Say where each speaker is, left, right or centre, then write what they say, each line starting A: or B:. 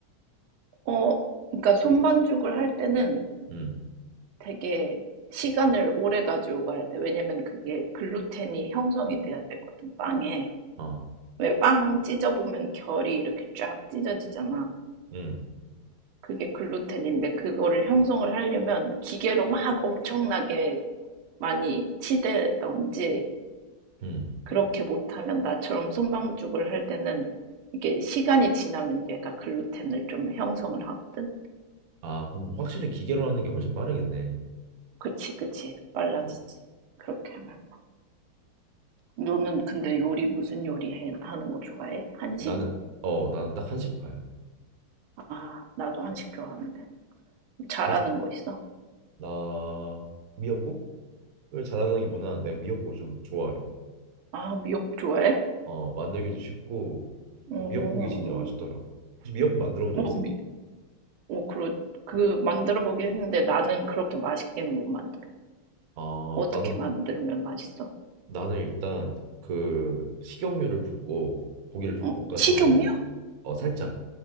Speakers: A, on the right; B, on the right.
A: 어, 그러니까 손반죽을 할 때는
B: 음,
A: 되게 시간을 오래 가지고 가야 돼. 왜냐면 그게 글루텐이 형성이 돼야 되거든, 빵에.
B: 어,
A: 왜 빵 찢어보면 결이 이렇게 쫙 찢어지잖아.
B: 음,
A: 그게 글루텐인데 그거를 형성을 하려면 기계로 막 엄청나게 많이 치대던지
B: 음.
A: 그렇게 못하면 나처럼 손방죽을 할 때는 이게 시간이 지나면 얘가 글루텐을 좀 형성을 하거든?
B: 아, 음, 확실히 기계로 하는 게 훨씬 빠르겠네.
A: 그치, 그치. 빨라지지.
B: 음,
A: 그렇게 하면. 너는 근데 요리 무슨 요리 해, 하는 거 좋아해? 한식?
B: 나는, 어, 나는 딱 한식파야.
A: 아, 나도 한식 좋아하는데. 잘하는
B: 그래서
A: 거 있어?
B: 나 미역국을 잘하는 게 무난한데 미역국을 좀 좋아해.
A: 아, 미역 좋아해?
B: 어, 만들기도 쉽고
A: 응,
B: 미역국이 진짜
A: 응.
B: 맛있더라고. 혹시 미역국 만들어 본 적
A: 뭐,
B: 있어?
A: 미, 어, 그러, 그, 만들어 보긴 했는데 나는 그렇게 맛있게는 못 만들어.
B: 아,
A: 어떻게
B: 나도
A: 만들면
B: 그-
A: 맛있어?
B: 나는 일단 그 식용유를 붓고 고기를 좀
A: 어,
B: 볶아
A: 식용유?
B: 처음에 어 살짝